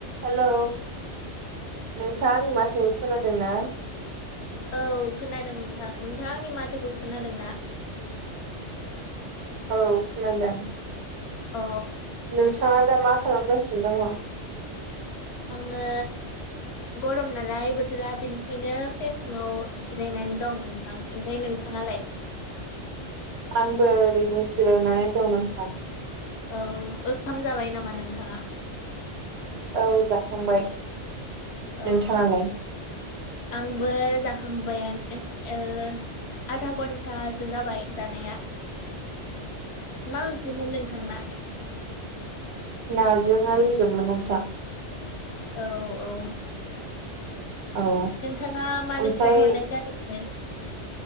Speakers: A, on the right; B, on the left.
A: Hello नोंथाङा आंनि माथोखौ खोनादों ना
B: औ खोनादों नोंथां नोंथां आंनि माथोखौ खोनादों ना
A: औ खोनादों
B: अ
A: नोंथाङा दा मा खालामगासिनो दङ
B: आङो गरम नालाय बोथोरा बेनिखायनो फेन सिङाव एसे जिरायनानै दं नोंथां ओमफ्राय नोंथाङालाय
A: आंबो ओरैनो जिरायनानै दं नोंथां
B: औ ओंखाम जाबाय नामा नोंथाङा
A: औ जाखांबाय
B: औ
A: नोंथाङालाय?
B: आंबो जाखांबायानो ओ आधा घन्टासो जाबाय जानाया
A: <inaudible>
B: मा ओंख्रिमोन नोंथांना
A: नाजों आलुजोंमोन नोंथां
B: औ औ
A: औ
B: नोंथाङा मानो
A: ओमफ्राय
B: फन हरनाय जादोंमोन